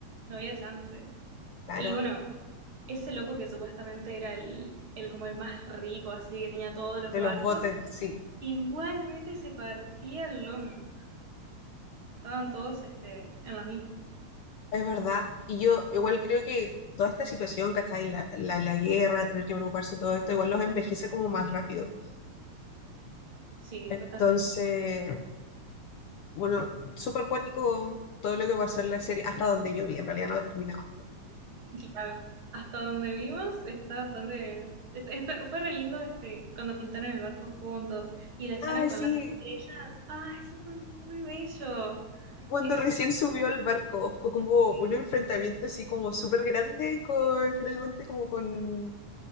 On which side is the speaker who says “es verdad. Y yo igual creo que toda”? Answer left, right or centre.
Left